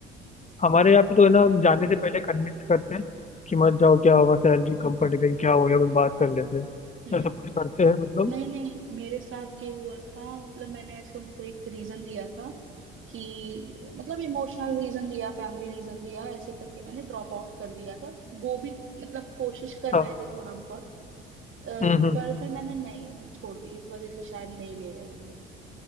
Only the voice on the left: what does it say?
हमारे यहाँ पे तो है ना जाने से पहले कन्विंस करते हैं कि मत जाओ क्या हुआ सैलरी कम पड़ गई क्या हो गया कुछ बात कर लेते हैं
ये सब कुछ करते हैं मतलब
हाँ
हम्म हम्म